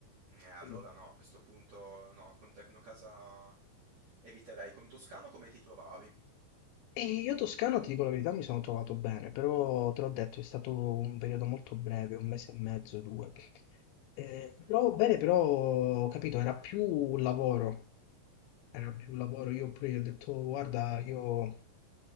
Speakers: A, on the right; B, on the left.
A: Eh, allora
B: Sì.
A: no, a questo punto no, con Tecnocasa eviterei. Con Toscano come ti trovavi?
B: E io Toscano, ti dico la verità, mi sono trovato bene, però te l'ho detto, è stato un periodo molto breve, un mese e mezzo, due. Eh,
A: Mhm.
B: mi trovavo bene, però, ho capito, era più un lavoro. era più lavoro. Io pure gli ho detto, "Oh, guarda, io